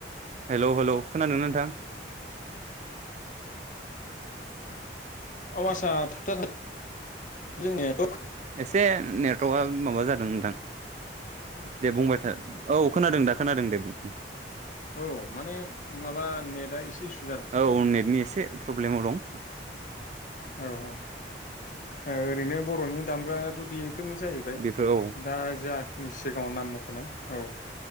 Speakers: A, on the right; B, on the left.
A: हेलौ हेलौ खोनादोंना नोंथां?
B: औ आसा थाबथा <unintelligible> जों <unintelligible>
A: एसे ने टका माबा जादों नोंथां।
B: खोनादों
A: दे बुंबाय था औ खोनादों दा खोनादों दे बुं।
B: औ माने माबा नेटआ एसे स
A: औ नेटनि एसे प्रब्लेमाव दं।
B: औ औ ओ ओरैनो बर'नि दामग्रायाथ' बे फोरनो जाहैबाय
A: बेफोर औ
B: दा जाखिनि सिगाङाव नाम मख'नाय औ